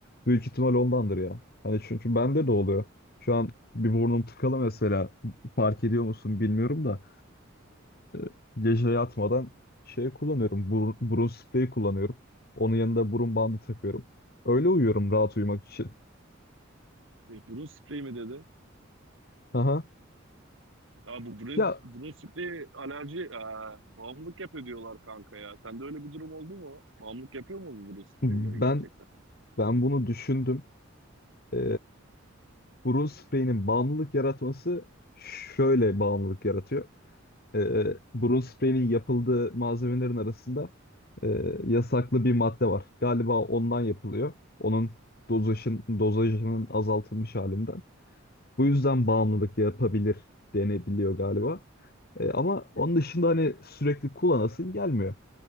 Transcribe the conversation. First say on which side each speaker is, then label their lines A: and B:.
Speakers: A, on the left; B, on the right.
A: Büyük ihtimal ondandır ya. Hani çünkü bende de oluyor. Şu an bir burnum tıkalı mesela. Fark ediyor musun bilmiyorum da. E, gece yatmadan şey kullanıyorum. bur- burun spreyi kullanıyorum. Onun yanında burun bandı takıyorum. Öyle uyuyorum rahat uyumak için.
B: E, burun spreyi mi dedi?
A: Aha.
B: Ya bu burun,
A: Ya
B: burun spreyi alerji, e, bağımlılık yapıyor diyorlar kanka ya. Sende öyle bir durum oldu mu? Bağımlılık yapıyor mu bu burun spreyleri
A: ben
B: gerçekten?
A: ben bunu düşündüm. E, burun spreyinin bağımlılık yaratması şöyle bağımlılık yaratıyor. e, burun spreyinin yapıldığı malzemelerin arasında e, yasaklı bir madde var. Galiba ondan yapılıyor. Onun dozajın, dozajının azaltılmış halinden. Bu yüzden bağımlılık yapabilir denebiliyor galiba. E, ama onun dışında hani sürekli kullanasın gelmiyor.